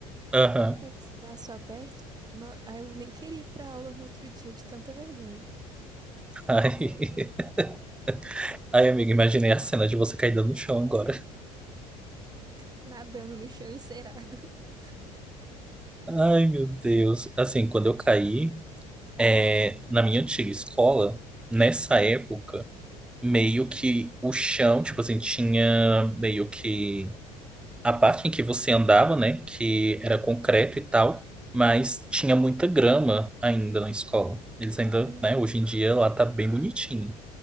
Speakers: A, in the centre; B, on the right.
A: Aham.
B: com os braços abertos. No- Aí eu nem queria ir pra aula no outro dia de tanta vergonha.
A: Ai, <laughs> ai, amiga, imaginei a cena de você caindo no chão agora.
B: Nadando no chão encerado. <laughs>
A: Ai, meu Deus. Assim, quando eu caí, é, na minha antiga escola, nessa época, meio que o chão, tipo assim, tinha meio que a parte em que você andava, né, que era concreto e tal, mas tinha muita grama ainda na escola. Eles ainda,
B: Hum.
A: né, hoje em dia lá tá bem bonitinho.